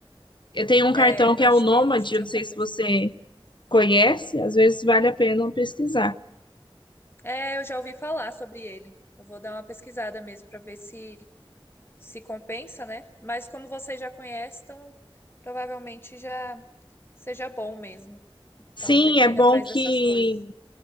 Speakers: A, on the left; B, on the left.
A: Eu tenho um cartão
B: É, eu
A: que
B: acho
A: é o Nômade,
B: que hoje em dia
A: eu não sei
B: compensa.
A: se você conhece, às vezes vale a pena pesquisar.
B: É, eu já ouvi falar sobre ele. Eu vou dar uma pesquisada mesmo para ver se se compensa, né? Mas como você já conhece, então provavelmente já seja bom mesmo. Então
A: Sim,
B: eu tenho que
A: é bom
B: ir atrás
A: que
B: dessas coisas.